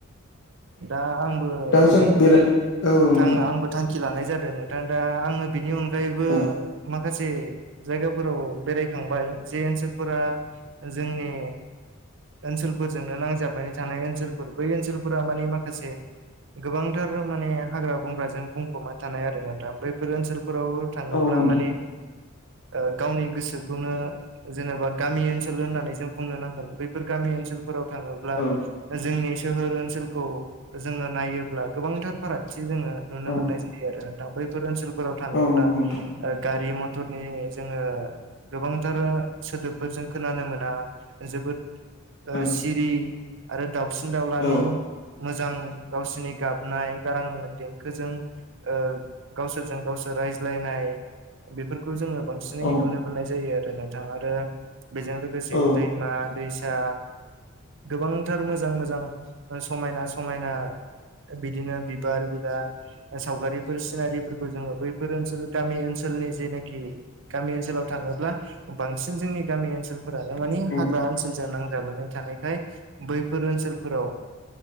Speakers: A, on the right; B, on the left.
A: दा आंबो नोंथां
B: दा जों बेराय औ नोंथां
A: आंबो थांखि लानाय जादों नोंथां दा आङो बिनि अनगायैबो
B: औ
A: मा माखासे जायगाफोराव बेरायखांबाय जे ओनसोलफोरा जोंनि ओनसोलफोरजोंनो नांजाबनानै थानाय ओनसोलफोर बै ओनसोलफोरा मानि माखासे गोबांथारनो माने हाग्रा बंग्राजों बुंफबना थानाय आरो नोंथां बैफोर ओनसोलफोराव थाङोब्ला
B: औ नोंथां
A: माने ओ गावनि गोसो जोङो जेनेबा गामि ओनसोल होननानै जों बुंनो नांगोन बैफोर गामि ओनसोल फोराव थाङोब्ला
B: औ
A: जोंनि सोहोर ओनसोलखौ जोङो नायोब्ला गोबांथार फाराग बिदि जोङो नुनो
B: औ
A: मोननाय जायो आरो नोंथां बैफोर ओनसोलफोराव थाङोब्ला
B: औ नंगौ नोंथां
A: ओ गारि मटरनि जोङो गोबांथार सोदोबफोर जों खोनानो मोना जोबोद सिरि
B: औ
A: आरो दाउसिन दाउलानि
B: औ
A: मोजां गावसिनि गाबनाय गारां देंखोजों ओ गावसोरजों गावसोर रायज्लायनाय बेफोरखौ जोङो बांसिनै
B: औ
A: नुनो मोननाय जायो आरो नोंथां आरो बेजों लोगोसे
B: औ
A: दैमा दैसा गोबांथार मोजां मोजां ओ समायना समायना बिदिनो बिबार बिला ओ सावगारिफोर सिनारिफोरखौ जोङो बैफोर ओनसोल गामि ओनसोलनि जेनाखि गामि ओनसोलाव थाङोब्ला बांसिन जोंनि गामि ओनसोल फोरानो माने हाग्रा
B: औ
A: ओनसोलजो नांजाबनानै थानायखाय बैफोर ओनसोलफोराव